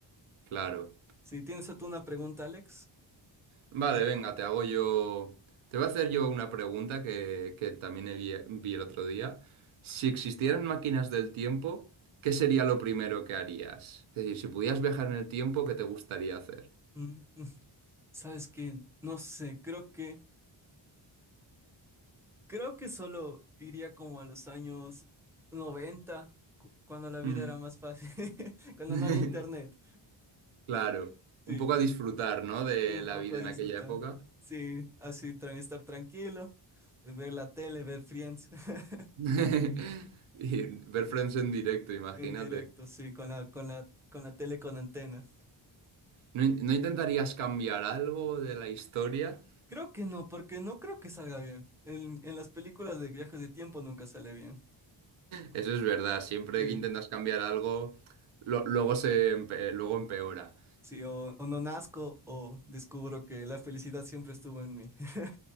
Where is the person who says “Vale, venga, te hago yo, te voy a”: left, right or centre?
Right